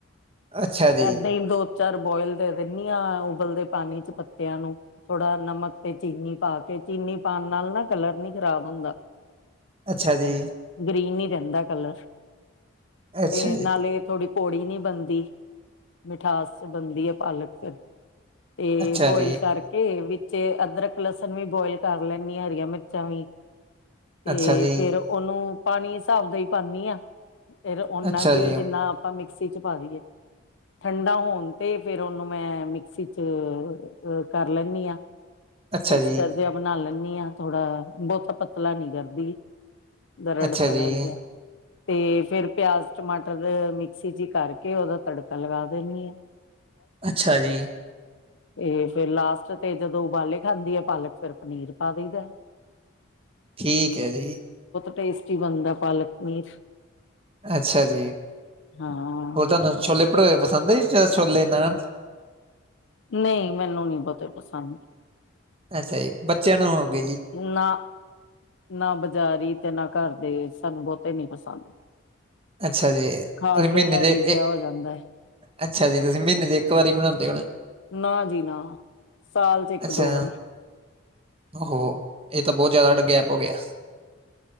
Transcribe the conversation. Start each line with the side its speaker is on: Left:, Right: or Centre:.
Right: ਅੱਛਾ ਜੀ,
Left: ਐਦਾਂ ਈ ਦੋ ਚਾਰ ਬੋਇਲ ਦੇ ਦਿੰਣੀ ਆਂ, ਉਬਲਦੇ ਪਾਣੀ ਚ ਪੱਤਿਆਂ ਨੂੰ, ਥੋੜ੍ਹਾ ਨਮਕ ਤੇ ਚੀਨੀ ਪਾ ਕੇ ਚੀਨੀ ਪਾਣ ਨਾਲ ਨਾ ਕਲਰ ਨੀ ਖ਼ਰਾਬ ਹੁੰਦਾ‌।
Right: ਅੱਛਾ ਜੀ।
Left: ਗ੍ਰੀਨ ਹੀ ਰਹਿੰਦਾ ਕਲਰ।
Right: ਅੱਛਾ
Left: ਤੇ ਨਾਲੇ
Right: ਜੀ,
Left: ਥੋੜੀ ਕੌੜੀ ਨੀ ਬੰਣਦੀ ਮਿਠਾਸ ਬੰਣਦੀ ਐ, ਪਾਲਕ ਫੇਰ। ਤੇ
Right: ਅੱਛਾ
Left: ਬੋਇਲ
Right: ਜੀ,
Left: ਕਰਕੇ ਵਿ ਵਿੱਚੇ ਅਦਰਕ ਲਸਣ ਵੀ ਬੋਇਲ ਕਰ ਲੈਂਣੀਆਂ ਹਰੀਆਂ ਮਿਰਚਾਂ ਵੀ। ਤੇ
Right: ਅੱਛਾ ਜੀ,
Left: ਫੇਰ ਉਹਨੂੰ ਪਾਣੀ ਹਿਸਾਬ ਦਾ ਈ ਪਾਂਣੀ ਆਂ। ਫੇਰ ਔਨਾ
Right: ਅੱਛਾ
Left: ਕਿ
Right: ਜੀ।
Left: ਵੀ ਜਿੰਨਾ ਆਪਾਂ ਮਿਕ ਮਿਕਸੀ ਚ ਪਾ ਦੀਏ, ਠੰਡਾ ਹੋਣ ਤੇ ਫੇਰ ਉਹਨੂੰ ਮੈਂ ਮਿਕਸੀ ਚ ਕਰ ਲੈਂਣੀ ਆਂ।
Right: ਅੱਛਾ
Left: ਮਿਕਸਚਰ
Right: ਜੀ,
Left: ਜਿਆ ਬਣਾ ਲੈਣ ਨੀ ਆ ਥੋੜਾ ਬੌਤਾ ਪਤਲਾ ਨੀ ਕਰਦੀ। ਦਰੜ।
Right: ਅੱਛਾ
Left: ਘਰ
Right: ਜੀ,
Left: ਵਧੀਆ, ਤੇ ਫਿਰ ਪਿਆਜ ਟਮਾਟਰ ਮਿਕਸੀ ਜ ਕਰਕੇ ਉਹਦਾ ਤੜਕਾ ਲਗਾ ਦੇਨੀ ਆ।
Right: ਅੱਛਾ ਜੀ।
Left: ਤੇ ਫੇਰ ਲਾਸਟ ਤੇ ਜਦੋਂ ਉਬਾਲੇ ਖਾਂਦੀ ਆ ਪਾਲਕ ਫਿਰ ਪਨੀਰ ਪਾ ਦੇਦਾ।
Right: ਠੀਕ ਹੈ ਜੀ।
Left: ਟੇਸਟ, ਕੀ ਬਣਦਾ ਪਾਲਕ ਪਨੀਰ,
Right: ਅੱਛਾ, ਜੀ
Left: ਹਾਂ
Right: ਉਹ ਤਾਂ ਚਲੇ ਪਠੂਰੇ ਪਸੰਦ ਈ ਛੋਲੇ ਨਾਲ
Left: ਨਹੀਂ ਮੈਨੂੰ ਨੀ ਬਹੁਤੇ ਪਸੰਦ,
Right: ਅੱਛਾ ਜੀ, ਬੱਚਿਆਂ ਨੂੰ ਹੋ ਗਏ ਜੀ,
Left: ਨਾ, ਨਾ ਬਾਜ਼ਾਰੀ ਤੇ ਨਾ ਘਰਦੇ ਸਾਨੂੰ ਬਹੁਤੇ ਨੀ ਪਸੰਦ।
Right: ਅੱਛਾ ਜੀ,
Left: ਖਾ
Right: ਤੁਸੀਂ ਮਹੀਨੇ
Left: ਕੇ ਹੈਵੀ
Right: ਦੇ ਇ-
Left: ਜਿਹਾ ਹੋ ਜਾਂਦਾ ਹੈ।
Right: ਅੱਛਾ ਜੀ ਤੁਸੀਂ ਮਹੀਨੇ ਦੇ ਇੱਕ ਵਾਰੀ ਬਣਾਉਦੇ ਹੋ ਨਾ।
Left: ਨਾ ਜੀ ਨਾ, ਸਾਲ ਚ ਇੱਕ
Right: ਅੱਛਾ।
Left: ਦੋ ਵਾਰੀ।
Right: ਓਹੋ! ਇਹ ਤਾਂ ਬਹੁਤ ਜ਼ਿਆਦਾ ਗੈਪ ਹੋ ਗਿਆ